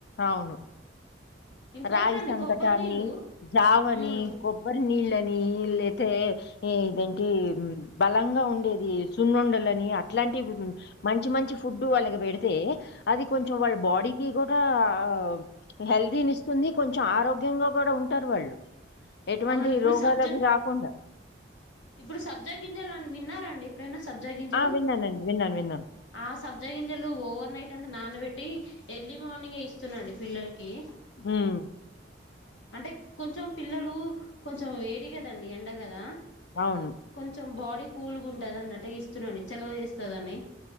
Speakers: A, on the left; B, on the left.
A: అవును
B: ఇంకొకటండి
A: రాగి సంకటని
B: కొబ్బరి నీళ్ళు
A: జావని
B: ఉమ్
A: కొబ్బరి నీళ్ళని ఇల్ అతే ఇదేంటి బలంగా ఉండేది సున్నొండలని అ ట్లాంటి మంచి మంచి ఫుడ్డు వాళ్ళకి పెడితే అది కొంచెం వాళ్ళ బాడీకి కూడా కూడా ఆ హెల్దీని ఇస్తుంది కొంచెం ఆరోగ్యంగా కూడా ఉంటారు వాళ్ళు ఎటువంటి
B: అవునండి ఇప్పుడు
A: రోగాలు
B: సబ్జా
A: అవి రాకుండా
B: ఇప్పుడు సబ్జా గింజలు అని విన్నారండి ఎప్పుడైనా సబ్జాగింజలు
A: ఆ! విన్నానండి. విన్నాను. విన్నాను.
B: ఆ సబ్జా గింజలు ఓవర్ నైట్ అంతా నానబెట్టి ఎర్లీ మార్నింగ్ ఇస్తున్నాండి పిల్లలకి
A: ఉమ్
B: అంటే కొంచెం పిల్లలు కొంచెం వేడి కదండి ఎండగదా
A: అవును.
B: కొంచెం బాడీ కూల్గా ఉంటది అన్నట్టు ఇస్తున్నాండి చలవ చేస్తదని